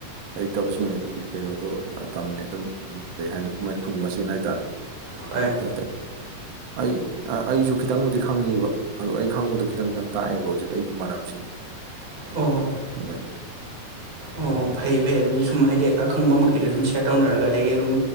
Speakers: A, on the right (about 80°); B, on the right (about 60°).
A: ꯍꯩꯇꯕꯁꯤꯡꯅꯗꯤ ꯀꯩꯅꯣꯗꯣ ꯇꯝꯃꯦ ꯑꯗꯨꯝ ꯎꯝ ꯀꯩ ꯍꯥꯏꯅꯤ ꯃꯣꯏ ꯈꯨꯟ ꯃꯁꯦꯟ ꯍꯥꯏꯇꯥꯔꯦ
B: ꯑꯩ
A: ꯕꯦꯇ ꯑꯩ ꯑꯥ ꯑꯩꯁꯨ ꯈꯤꯇꯪꯕꯨꯗꯤ ꯈꯪꯉꯤꯕ ꯑꯗꯣ ꯑꯩ ꯈꯪꯕꯗꯣ ꯈꯤꯇꯪ ꯈꯤꯇꯪ ꯇꯥꯛꯑꯦꯕ ꯍꯧꯖꯤꯛ ꯑꯩ ꯏꯃꯥꯟꯅꯕꯁꯤꯡ
B: ꯑꯣ
A: <unintelligible>
B: ꯑꯣ ꯐꯩ ꯐꯩ ꯑꯗꯨꯗꯤ ꯁꯨꯝ ꯍꯥꯏꯗꯤ ꯑꯈꯪꯕ ꯃꯈꯩꯗꯣ ꯁꯨꯝ ꯁꯤꯌꯔ ꯇꯧꯅꯔꯒ ꯑꯗꯒꯤ ꯑꯗꯨꯝ